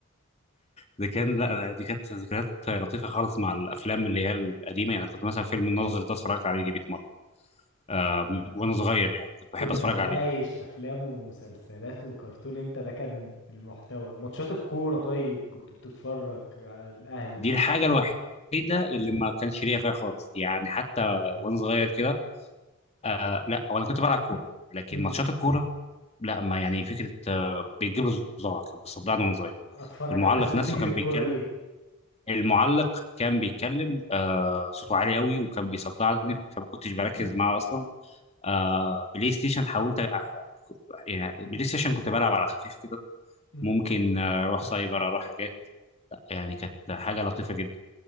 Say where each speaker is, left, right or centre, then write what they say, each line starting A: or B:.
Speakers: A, on the left; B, on the left.
A: ده كان لا لا، دي كانت ذكريات لطيفه خالص مع الافلام اللي هي القديمه يعني كنت مثلا فيلم الناظر ده اتفرجت عليه جديد مره آه،
B: انت
A: وانا صغير يعني كنت
B: كنت
A: بحب اتفرج
B: عايش
A: عليه
B: افلام ومسلسلات وكرتون انت ده كان المحتوى ماتشات الكوره طيب كنت بتتفرج على الاهلي الزمالك
A: دي الحاجة الوحيدة اللي ما كانش ليا فيها خالص يعني حتى
B: يا راجل
A: وانا صغير كده آه لا وانا كنت بلعب كورة لكن
B: امم
A: ماتشات الكورة لا ما يعني فكرة آه بتجيب لي صداع كنت بصدعني وانا صغير
B: اتفرج
A: المعلق
B: على الناس بتجري
A: نفسه كان
B: بكوره
A: بيتكلم
B: ليه
A: المعلق كان بيتكلم آه صوته عالي قوي وكان بيصدعني فما كنتش بركز معاه اصلا آه بلاي ستيشن حاولت أ- يعني بلاي ستيشن كنت بلعب على خفيف كده
B: امم
A: ممكن آه، اروح سايبر اروح حاجات يعني كانت حاجه لطيفه جدا